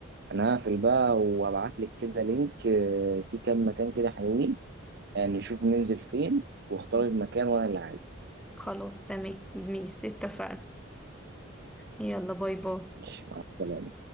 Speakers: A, on the right; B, in the centre.
A: انا هقفل بقى وهبعت لك كده لينك آه، في كام مكان كده حلوين آه، نشوف ننزل فين واختار
B: مم.
A: المكان وانا اللي عايزه
B: خلاص تمام ماشي اتفقنا يلا باي باي
A: ماشي مع السلامه